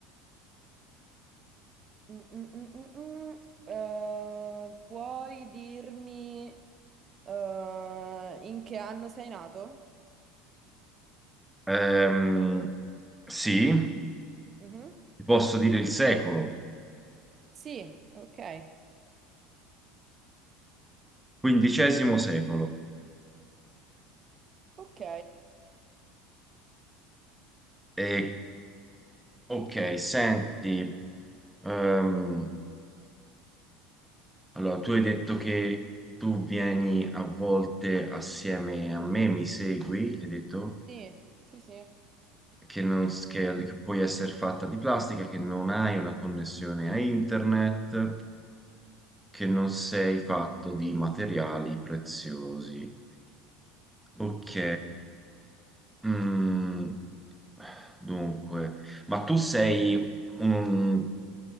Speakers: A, on the right; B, in the centre.
A: mm, mm, mm, mm, mm. Eh, puoi dirmi eh, in che anno sei nato?
B: Ehm, sì.
A: Mhm.
B: ti posso dire il secolo,
A: Sì, ok.
B: quindicesimo secolo.
A: Ok,
B: E, ok, senti, ehm, allora tu hai detto che tu vieni a volte assieme a me, mi segui, hai detto
A: sì, sì, sì.
B: che, non, s- che che puoi essere fatta di plastica, che non hai una connessione a internet, che non sei fatto di materiali preziosi. Ok. Mm. Dunque, ma tu sei un,